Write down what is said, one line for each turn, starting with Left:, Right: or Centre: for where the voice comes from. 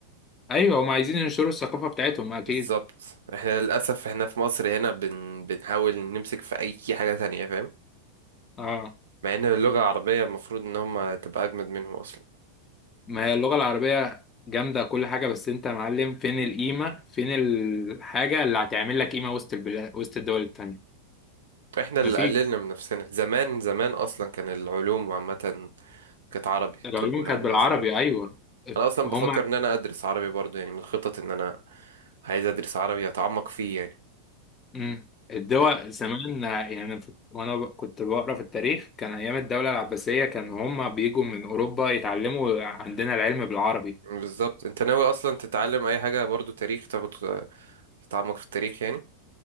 Left: ايوه هم عايزين ينشروا الثقافة بتاعتهم اكيد
Right: بالظبط احنا للأسف احنا في مصر هنا بن... بنحاول نمسك في أي حاجة تانية فاهم
Left: اه
Right: مع ان اللغة العربية المفروض ان هم تبقى أجمد منهم أصلا
Left: ما هي اللغة العربية جامدة كل حاجة بس انت يا معلم فين القيمة فين الحاجة اللي هتعمل لك قيمة وسط البلاد وسط الدول التانية
Right: احنا اللي
Left: مفيش
Right: قللنا من نفسنا زمان زمان اصلا كان العلوم عامة كانت عربي
Left: العلوم
Right: طب والهندسة
Left: كانت بالعربي ايوه
Right: انا اصلا
Left: هما
Right: بفكر ان انا ادرس عربي برضو يعني من الخطط ان انا عايز ادرس عربي اتعمق فيه يعني
Left: مم. الدول
Right: لأن-
Left: زمان يعني وانا ب- كنت بقرا في التاريخ كان ايام الدولة العباسية كان هما بيجوا من اوروبا يتعلموا عندنا العلم بالعربي
Right: بالظبط انت ناوي اصلا تتعلم اي حاجة برضو تاريخ تاخد تتعمق في التاريخ يعني